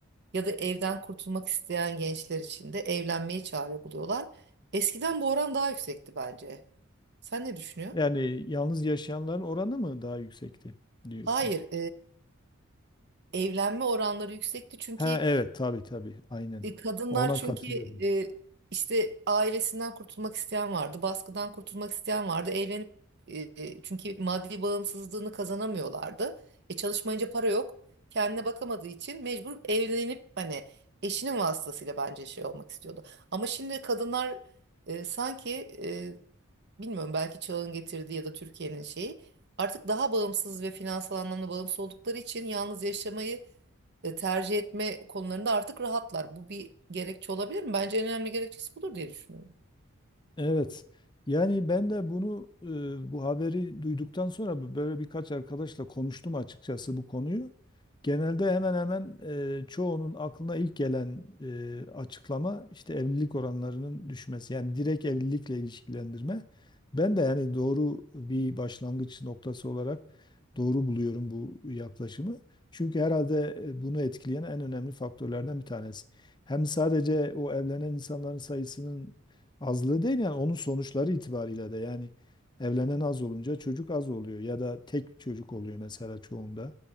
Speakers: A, on the right (about 55°); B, on the left (about 20°).
A: ya da evden kurtulmak isteyen gençler için de evlenmeyi çare buluyorlar. Eskiden bu oran daha yüksekti bence. Sen ne düşünüyorsun?
B: Yani yalnız yaşayanların oranı mı daha yüksekti diyorsun?
A: Hayır, evlenme oranları yüksekti çünkü
B: Ha evet tabii tabii aynen.
A: e, kadınlar
B: Ona
A: çünkü
B: katılıyorum.
A: e, işte ailesinden kurtulmak isteyen vardı, baskıdan kurtulmak isteyen vardı. Evlenip e, e, çünkü maddi bağımsızlığını kazanamıyorlardı. E çalışmayınca para yok. Kendine bakamadığı için mecbur evlenip hani eşinin vasıtasıyla bence şey olmak istiyordu. Ama şimdi kadınlar e, sanki e, bilmiyorum belki çağın getirdiği ya da Türkiye'nin şeyi artık daha bağımsız ve finansal anlamda bağımsız oldukları için yalnız yaşamayı e, tercih etme konularında artık rahatlar. Bu bir gerekçe olabilir mi? Bence en önemli gerekçesi budur diye düşünüyorum.
B: Evet. Yani ben de bunu e, bu haberi duyduktan sonra böyle birkaç arkadaşla konuştum açıkçası bu konuyu. Genelde hemen hemen e, çoğunun aklına ilk gelen e, açıklama işte evlilik oranlarının düşmesi. Yani direkt evlilikle ilişkilendirme. Ben de yani doğru bir başlangıç noktası olarak doğru buluyorum bu yaklaşımı. Çünkü herhalde e, bunu etkileyen en önemli faktörlerden bir tanesi. Hem sadece o evlenen insanların sayısının Azlığı değil yani onun sonuçları itibariyle de yani evlenen az olunca çocuk az oluyor ya da tek çocuk oluyor mesela çoğunda.